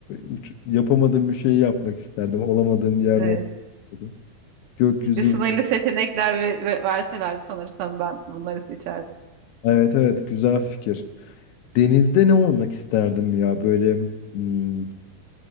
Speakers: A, on the left; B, on the right.
A: uç- yapamadığım bir şeyi yapmak isterdim. Olamadığım bir yerde
B: Evet.
A: olmak isterdim. Gökyüzü.
B: İşte sınırlı seçenekler ve, ve verseler sanırsam ben bunları seçerdim.
A: Evet evet güzel fikir. Denizde ne olmak isterdim ya böyle hmm,